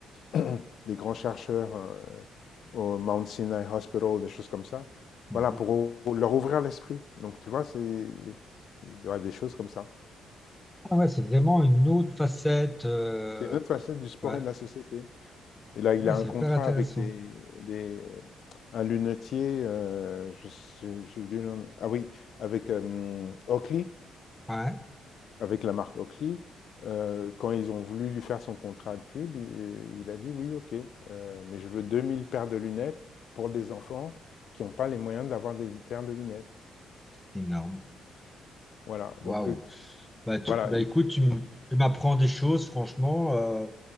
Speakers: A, on the left (about 65°); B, in the centre.
A: <clears throat> <coughs> des grands chercheurs euh, au Mount Sinai Hospital, des choses comme ça.
B: Mhm.
A: Voilà, pour leur ouvrir l'esprit. Donc, tu vois, c'est voilà, des choses comme ça.
B: Ah ouais, c'est vraiment une autre facette. euh,
A: C'est une autre facette du sport
B: Ouais.
A: et de la société. Et là, il
B: Ouais,
A: a
B: c'est
A: un contrat
B: hyper intéressant.
A: avec des, des- un lunetier, euh, je sais- j'ai oublié le nom. Ah oui, avec euh, Oakley,
B: Ouais.
A: avec la marque Oakley. Euh, quand ils ont voulu lui faire son contrat de pub, il, il a dit oui, ok, euh, mais je veux 2000 paires de lunettes pour des enfants qui n'ont pas les moyens d'avoir des paires de lunettes.
B: Énorme.
A: Voilà,
B: Waouh.
A: donc euh,
B: Bah, tu-
A: voilà.
B: bah,
A: Et-
B: écoute, tu m-
A: et-
B: tu m'apprends des choses, franchement. euh,